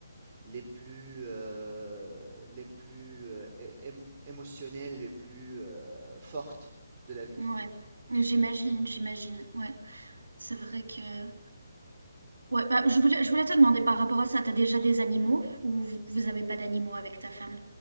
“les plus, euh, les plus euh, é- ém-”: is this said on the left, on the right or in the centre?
Right